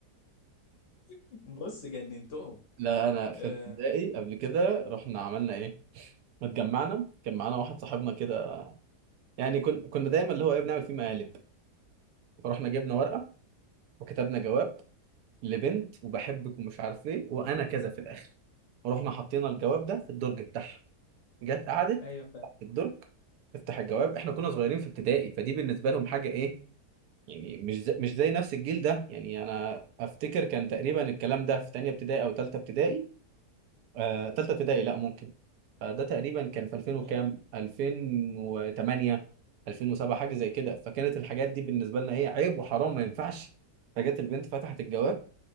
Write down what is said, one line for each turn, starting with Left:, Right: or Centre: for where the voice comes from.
Left: <laughs> بص جننتهم
Right: لا انا في
Left: آه.
Right: ابتدائي قبل كده رحنا عملنا ايه ما اتجمعنا كان معانا واحد صاحبنا كده يعني كن... كنا دايما اللي هو ايه بنعمل فيه مقالب فرحنا جبنا ورقه وكتبنا جواب لبنت وبحبك ومش عارف ايه وانا كذا في الاخر ورحنا حطينا الجواب ده في الدرج بتاعها جت قعدت
Left: ايوه فاهم
Right: تحت الدرج تفتح الجواب احنا كنا صغيرين في ابتدائي فدي بالنسبه لهم حاجه ايه يعني مش زي... مش زي نفس الجيل ده يعني انا افتكر كان تقريبا الكلام ده في تانية ابتدائي او تالتة ابتدائي آه... تالتة ابتدائي لا ممكن فده تقريبا كان في 2000
Left: م-
Right: وكام 2008 2007 حاجه زي كده فكانت الحاجات دي بالنسبه لنا ايه عيب وحرام ما ينفعش فجت البنت فتحت الجواب